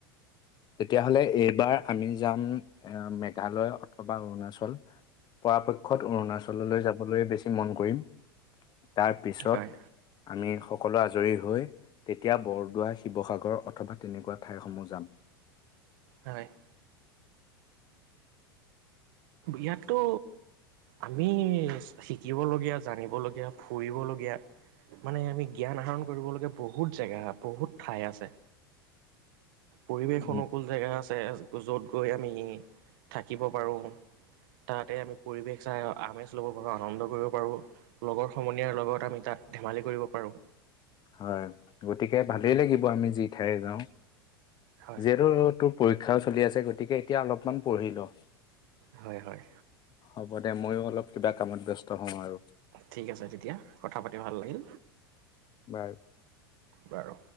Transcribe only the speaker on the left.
তেতিয়াহ'লে এইবাৰ আমি যাম এ মেঘালয় অথবা অৰুণাচল, পৰাপক্ষত অৰুণাচললৈ যাবলৈ বেছি মন কৰিম। তাৰ পিছত।
আমি সকলো আজৰি হৈ, তেতিয়া বৰদোৱা, শিৱসাগৰ অথবা তেনেকুৱা ঠাইসমূহ যাম।
উম,
হয়, গতিকে ভালেই লাগিব আমি যি ঠাই যাওঁ।
যিহেতু ত তোৰ পৰীক্ষ চলি আছে গতিকে এতিয়া অলপমান পঢ়িলো।
হ'ব দে ময়ো অলপ কিবা কামত ব্যস্ত হওঁ আৰু।
বাৰু।